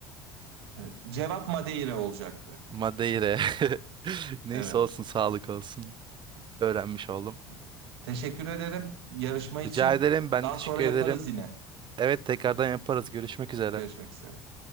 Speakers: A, on the right; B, on the right.
A: Evet. Cevap Madeira olacaktı.
B: Madeira. <laughs> Neyse
A: Evet.
B: olsun sağlık olsun. Öğrenmiş oldum.
A: Evet. Teşekkür ederim yarışma için.
B: Rica ederim. Ben
A: Daha
B: de teşekkür
A: sonra yaparız
B: ederim.
A: yine.
B: Evet tekrardan yaparız. Görüşmek üzere.
A: Görüşmek üzere.